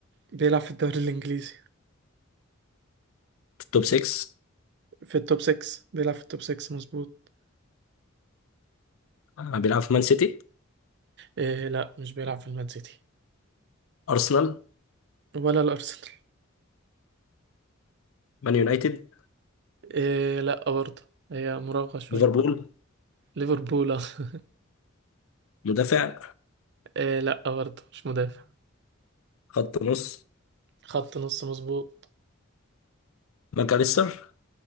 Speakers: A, on the right; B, on the left.
A: بيلعب في الدوري الانجليزي
B: في التوب 6
A: في التوب 6 بيلعب في التوب 6 مظبوط
B: آه، بيلعب في مان سيتي
A: آه لا مش بيلعب في المان سيتي
B: ارسنال
A: ولا الارسنال
B: مان يونايتد
A: آه لا برضه هي مراوغة شوية
B: ليفربول
A: ليفربول آه. <laughs>
B: مدافع
A: آه، لا برضه مش مدافع
B: خط نص
A: خط نص مظبوط
B: ماكاليستر